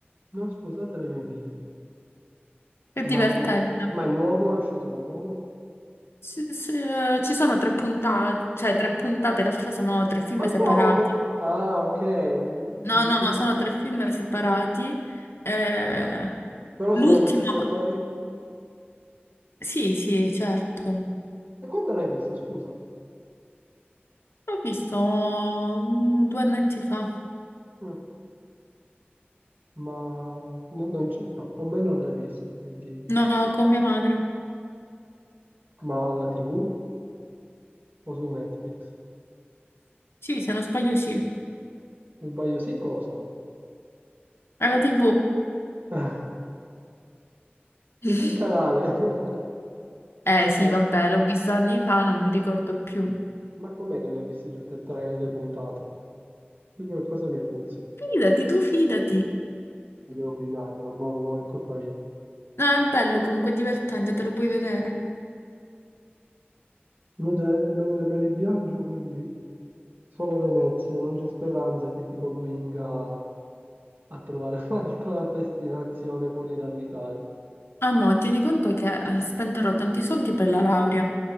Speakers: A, on the right; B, on the left.
A: non sposate le mie figlie?
B: È
A: Ma
B: divertente.
A: è, ma è nuovo, è uscito da poco?
B: Sì, sì, eh, ci sono tre puntate, cioè tre puntate, in realtà sono tre film
A: Ma
B: separati.
A: come? Ah, ok. mi-
B: No,
A: mi-
B: no,
A: mi-
B: sono tre film separati. Eh,
A: Però
B: l'ultimo,
A: sono gli stessi attori.
B: sì, sì, certo.
A: E quando l'hai vista, scusami?
B: L'ho visto mm, due annetti fa.
A: Ah. Ma no- non ci- no, con me non l'hai vista, quindi...
B: No, con mia madre.
A: Ma alla TV o su Netflix?
B: Sì, se non sbaglio, sì.
A: Non sbaglio, sì, cosa? <laughs>
B: Alla TV.
A: Ah,
B: <laughs>
A: Su che canale? <laughs>
B: Eh sì,
A: Ma
B: vabbè, l'ho visto anni fa, non mi ricordo più.
A: ma com'è che l'hai viste tutte e tre le puntate? Qui qualcosa mi puzza.
B: Fidati, tu fidati.
A: Mi devo pigliare, ma mo, mo è colpa mia.
B: No, è bello, comunque è divertente, te lo puoi vedere.
A: Inutile per il viaggio, quindi solo Venezia, non c'è speranza che ti convinca a trovare <laughs> un'altra destinazione fuori dall'Italia.
B: Ah, mo, tieni conto che eh, spenderò tanti soldi per la laurea.